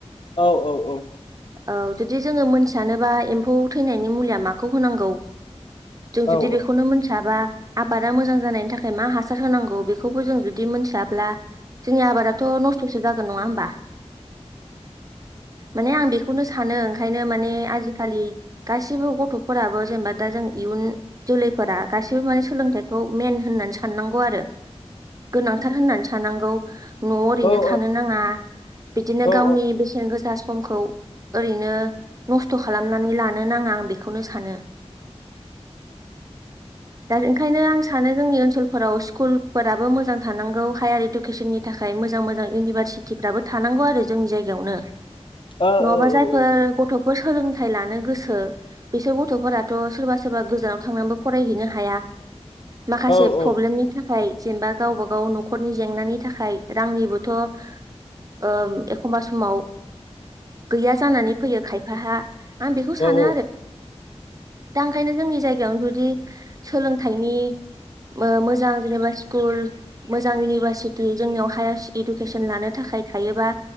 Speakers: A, on the left (about 50°); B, on the right (about 30°).
A: औ औ औ।
B: औ जुदि जोंङो मोनथियानोबा एम्फौ थैनायनि मुलिया माखौ होनांगौ जों जुदि
A: औ
B: बेखौनो मोनथियाबा, आबादा मोजां जानायनि थाखाय मा हासार होनांगौ बेखौबो जों जुदि मिथिया ब्ला जोंनि आबादाथ' नस्थ'सो जागोन नङा होमबा? माने आं बेखौनो सानो ओंखायनो माने आजिखालि गासिबो गथ'फोराबो जेनेबा दा जों इयुन जोलैफोरा गासैबो सोलोंथाइखौ मेइन होननानै साननांगौ आरो, गोनांथार होननानै साननांगौ न'आव ओरैनो
A: औ
B: थानो नांङा बिदिनो गावनि
A: औ
B: बेसेन गोसा समखौ ओरैनो नस्थ' खालामनानै लानो नाङा, आं बेखौनो सानो। दा ओंखायनो आं सानो जोंनि ओनसोल फोराव स्कुलफोराबो मोजां थानांगौ हायार इडुकेसननि थाखाय मोजां मोजां इउनिभारसिटिफ्राबो थानां गौ आरो जोंनि जायगायावनो,
A: ओ औ
B: नङाबा
A: औ
B: जायफोर
A: औ
B: गथ' सोलोंथाइ लानो गोसो बिसोर गथ'फोराथ' सोरबा सोरबा गोजानाव थांना फरायहैनो हाया माखासे
A: औ औ
B: प्रब्लेमनि थाखाय जेनेबा गावबा गाव न'खरनि जेंनानि थाखाय, रांनिबोथ' ओ एखमबा समाव गैया जानानै फैयो खायफाहा आं बेखौ सानो।
A: औ
B: दा ओंखायनो जोंनि जायगायावनो जुदि सोलोंथाइनि ओ मोजां जेनेबा स्कुल मोजां इउनिभारसिटि जोंनियाव हायार इडुकेसन लानो था खाय थायोबा